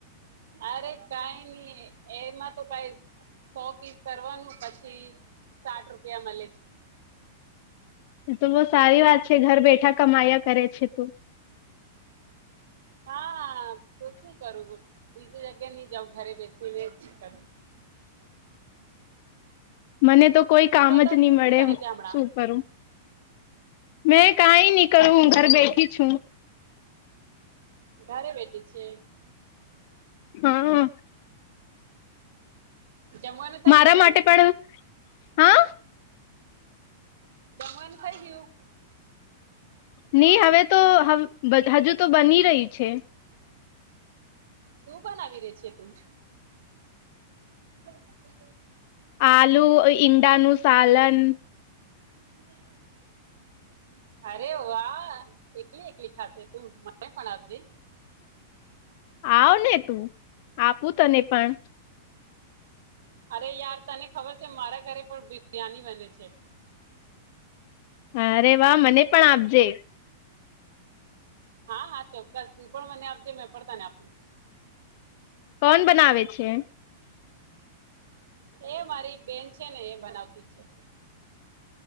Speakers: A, on the right (about 75°); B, on the left (about 55°).
A: અરે કઈ નઈ એમાં તો કઈ સો પીસ કરવાનું પછી સાઠ રૂપિયા મલે છે.
B: તો બહુ સારી વાત છે ઘર બેઠા કમાયા કરે છે તું.
A: હા તો શું કરું હું બીજી જગ્યાએ ની જઉ ઘરે બેસી ને જ કરુ
B: મને તો કોઈ
A: તું
B: કામ
A: બતાવ
B: જ નહી
A: તું
B: મળે
A: શું કરે
B: હું
A: છે હમણાં
B: શું કરું મેં કાંઈ ની કરું ઘર
A: ઓ
B: બેઠી છું
A: ઘરે બેઠી છે.
B: હા
A: જમવાનું થય
B: મારા
A: ગયુ તારું
B: માટે પણ હા
A: જમવાનું થઈ ગયું.
B: ની હવે તો હમ બધા હજુ તો બની રહયું છે.
A: શું બનાવી રે છે તું બ <unintelligible>
B: આલુ ઇ ઈંડાનું સાલન
A: <unintelligible> <inaudible> અરે વાહ એકલી એકલી ખાશે તું મને પણ આપજે
B: આવ ને તું આપું તને પણ
A: અરે યાર તને ખબર છે મારા ઘરે પણ બિરયાની બને છે.
B: અરે વાહ મને પણ આપજે
A: હા હા ચોક્કસ તું પણ મને આપજે મેં પણ તને આપુ.
B: કોણ બનાવે છે.
A: એ મારી બેન છે ને એ બનાવતી છે.